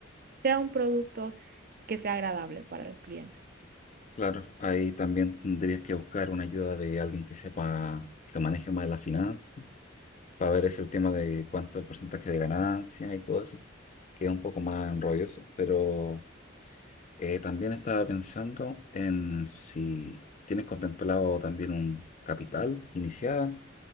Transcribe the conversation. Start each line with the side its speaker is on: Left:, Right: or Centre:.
Right: sea un producto que sea agradable para el cliente.
Left: Claro, ahí también tendrías que buscar una ayuda de alguien que sepa, que se maneje más las finanzas, para ver es el tema de cuánto el porcentaje de ganancia y todo eso, que es un poco más enrolloso, pero... Eh, también estaba pensando en si tienes contemplado también un capital inicial